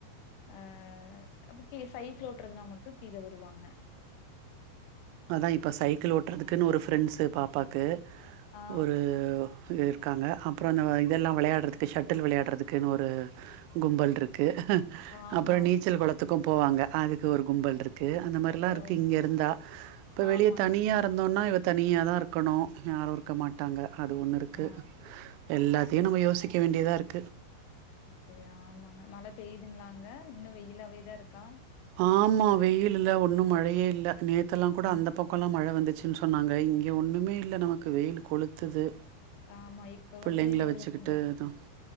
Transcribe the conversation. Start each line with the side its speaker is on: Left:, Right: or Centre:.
Left: ஆஹ் அப்டியே சைக்கிள் ஓட்டுருந்தா மட்டு கீழயே வருவாங்க
Right: அதா இப்போ சைக்கிள் ஓட்டுறதுக்குன்னு ஒரு ஃப்ரெண்ட்ஸு பாப்பாக்கு
Left: ஆ
Right: ஒரு இருக்காங்க அப்றோ அந்த இதெல்லா வெளயாட்றதுக்கு ஷட்டில் வெளயாட்றதுக்குனு ஒரு கும்பல் இருக் கு
Left: ஆமா,
Right: அப்றோ
Left: ஆமா.
Right: நீச்சல் கொளத்துக்கு போவாங்க அதுக்கு ஒரு கும்பல்ரு க்கு அந்த மாரிலா இருக்கு
Left: ஓ!
Right: இங்க இருந்தா இப்ப
Left: ஆமாங்க.
Right: வெளிய தனியா இருந் தோனா இவ தனியாதா இருக்கனு யாரு இருக்க மாட்டாங்க அது ஒன்னு இருக்கு
Left: ஆ
Right: எல்லாத்தையு நம்ம யோசிக்க வேண்டியதா இருக்
Left: சே ஆமாங்க மழ பேயுதுங்ளா அங்க இன்னு வெயிலாவேதா இருக்கா
Right: ஆமா வெயிலில்ல ஒண்ணு மழையே இல்ல நே த்தெலா கூட
Left: ம்.
Right: அந்த பக்கோலா மழ வந்து ச்சுன் சொன்னாங்க இங்க ஒண்ணுமே இல்ல நமக்கு வெயில் கொளுத்துது
Left: ஆமா இப்ப
Right: பிள்ளைங்கள
Left: வந்து எங்களுக்கு
Right: வச்சுக்கிட்டு
Left: கொஞ்ச
Right: அதான்